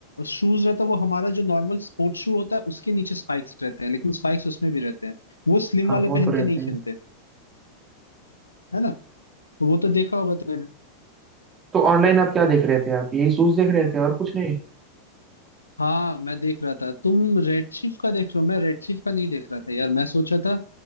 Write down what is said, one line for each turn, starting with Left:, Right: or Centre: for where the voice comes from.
Left: शूज रहता है वो हमारा जो नॉर्मल स्पोर्ट्स शू होता है उसके नीचे स्पाइक्स रहते हैं लेकिन स्पाइक्स उसमें भी रहते हैं वो स्लिम
Right: हाँ
Left: वाले
Right: वो
Left: पहन
Right: तो रहते
Left: के नहीं
Right: हैं
Left: खेलते है ना तो वो तो देखा होगा तुमने
Right: तो ऑनलाइन आप क्या देख रहे थे आप यही शूज देख रहे थे और कुछ नहीं
Left: हाँ मैं देख रहा था तुम रेड शिफ्ट का देख रहे हो मैं रेड शिफ्ट का नहीं देख रहा था यार मैं सोचा था